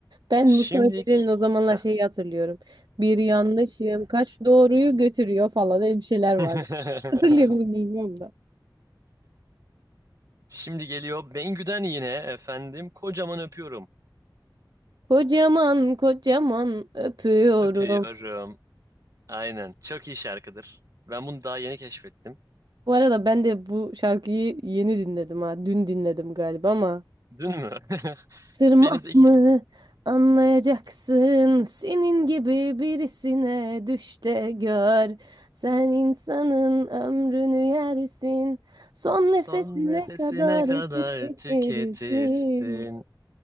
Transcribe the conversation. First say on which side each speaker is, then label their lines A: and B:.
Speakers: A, on the right; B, on the right.
A: Ben
B: Şimdik.
A: Mustafa Kemal'in o zamanlar
B: Heh.
A: şeyi hatırlıyorum. Bir yanlışım kaç doğruyu götürüyor falan öyle bir şeyler vardı.
B: <laughs>
A: Hatırlıyor musun bilmiyorum da.
B: Şimdi geliyor Bengü'den yine efendim kocaman öpüyorum.
A: Kocaman kocaman öpüyorum.
B: Öpüyorum. Aynen. Çok iyi şarkıdır. Ben bunu daha yeni keşfettim.
A: Bu arada ben de bu şarkıyı yeni dinledim ha. Dün dinledim galiba ama
B: Dün mü? <laughs>
A: Tırmak
B: Benim de iki...
A: mı anlayacaksın senin gibi birisine düş de gör. Sen insanın ömrünü yersin son
B: Son
A: nefesine
B: nefesine
A: kadar
B: kadar
A: tüketirsin
B: tüketirsin.